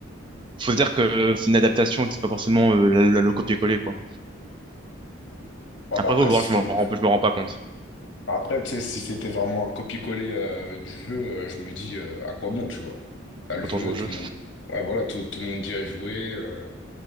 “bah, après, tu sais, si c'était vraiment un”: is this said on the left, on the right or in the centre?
Left